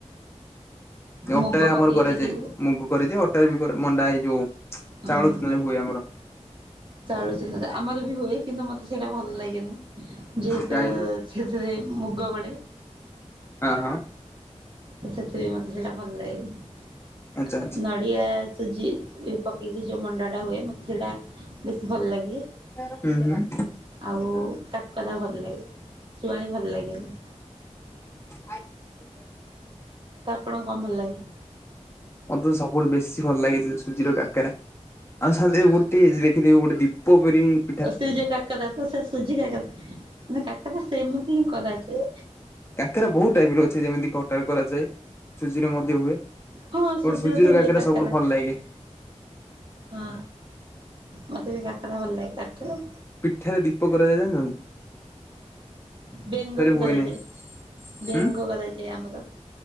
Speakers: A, on the left; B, on the right.
A: ଉଁ ଅଟାରେ
B: ମୁଗ
A: ଆମର
B: ପକେଇକିରି
A: କରାଯାଏ ମୁଗ କରାଯାଏ ଅଟ ଅଟା ରେ ବି କରା ମଣ୍ଡା ଏଇ ଯୋଉ ଚାଉଳ
B: ହଁ
A: ଚୂନା ହୁଏ ଆମର।
B: ଚାଉଳ ଚୂନାରେ ଆମର ବି ହୁଏ କିନ୍ତୁ ମତେ ସେଇଟା ଭଲ ଲାଗେନି ଯେହେତୁ
A: କାହିଁକି
B: ସେଥିରେ ମୁଗ ବଡ଼େ।
A: ହଁ ହଁ।
B: ତ ସେଥିରେ ମତେ ସେଇଟା ଭଲ ଲାଗେନି
A: ଆଚ୍ଛା
B: ନଡ଼ିଆ ସୁଜି ପକେଇକି ଯେଉଁ ମଣ୍ଡାଟା ହୁଏ ମୋତେ ସେଇଟା ବେଶୀ ଭଲ ଲାଗେ।
A: ଆଚ୍ଛା ହୁଁ ହୁଁ
B: ଆଉ କାକରା ଭଲ ଲାଗେ ଶୁଆଣି ଭଲ ଲାଗେନି।
A: ଆ <unintelligible>
B: ତ ଆପଣଙ୍କୁ କଣ ଭଲ ଲାଗେ?
A: ମତେ ତ ସବୁଠୁ ବେଶୀ ଭଲ ଲାଗେ ଯୋ ସୁଜିର କାକେରା। ଆଉ ସାଙ୍ଗ ଗୋଟେଖିଥିବି ଗୋଟେ ଦୀପ ପୁରି <unintelligible>
B: ସେ ଯୋଉ କାକେରା ତ ସେ ସୁଜି କାକେରା ମାନେ କାକେରା ସେମିତି ହିଁ କରାଯାଏ।
A: କାକେରା ବହୁତୁ ଟାଇପିର ଅଛି ଯେମିତି କଟାରେ କରାଯାଏ। ସୁଜିରେ ମଧ୍ୟ ହୁଏ
B: ହଁ ସୁଜିରେ
A: ଗୋଟେ ସୁଜିର
B: ତ ହୁଏ
A: କାକେରା
B: କାକରା।
A: ସବୁଠୁ ଭଲ ଲାଗେ।
B: ହଁ ମତେ ବି କାକେରା ଭଲ ଲାଗେ କାକେରା
A: ଏଠାରେ ଦୀପ କରାଯାଇ ଜାଣିନାହାନ୍ତି?
B: ବେଙ୍ଗ ବି
A: ହୁଏ
B: କରାଯାଏ
A: ନାହିଁ ହୁଁ
B: ବେଙ୍ଗ କରାଯାଏ ଆମର